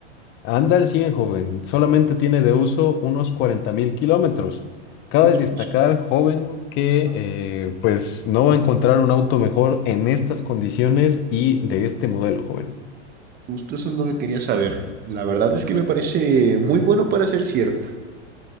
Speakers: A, on the left (about 35°); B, on the right (about 25°).
A: Anda al 100, joven. Solamente tiene de uso unos cuarenta mil kilómetros. Cabe
B: Justo,
A: destacar,
B: eso,
A: joven, que
B: ajá,
A: eh, pues no va a encontrar un auto mejor en estas condiciones y de este modelo, joven.
B: justo eso es lo que quería saber. La verdad es que me parece muy bueno para ser cierto.